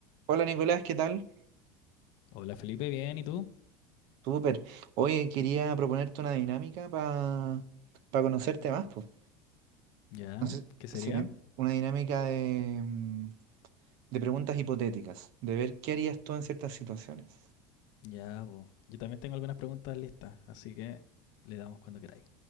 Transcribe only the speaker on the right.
Hola Nicolás, ¿qué tal?
Súper. Oye, quería proponerte una dinámica para conocerte más, pues.
Entonces,
sé si- una dinámica de, mm, de preguntas hipotéticas, de ver qué harías tú en ciertas situaciones.